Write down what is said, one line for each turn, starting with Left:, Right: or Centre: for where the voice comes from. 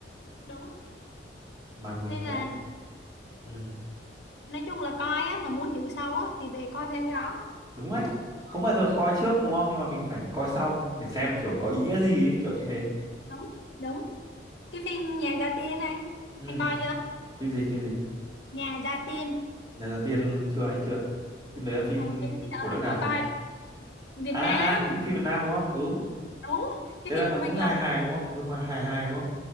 Left: đúng
Right: mà mình
Left: nên là
Right: ngộ- ừ,
Left: nói chung là coi á mà muốn hiểu sâu á thì về coi thêm cái đó
Right: đúng đấy không bao giờ coi trước đúng không nhưng mà mình phải coi sau để xem kiểu có ý nghĩa gì ấy, kiểu như thế
Left: đúng đúng cái phim Nhà Gia Tiên anh
Right: ừ.
Left: anh coi chưa
Right: phim gì phim gì
Left: Nhà Gia Tiên
Right: nhà gia tiên chưa anh chưa phim đấy là phim
Left: ờ phim ấy đỡ
Right: của nước
Left: lắm
Right: nào
Left: coi
Right: nhỉ
Left: coi đi Việt
Right: à
Left: Nam
Right: à phim phim Việt Nam đúng không ừ
Left: đúng
Right: thế
Left: cái
Right: là
Left: phim
Right: nó
Left: của
Right: cũng
Left: Huỳnh
Right: hài
Left: Lập
Right: hài đúng không ừ hài hài hài đúng không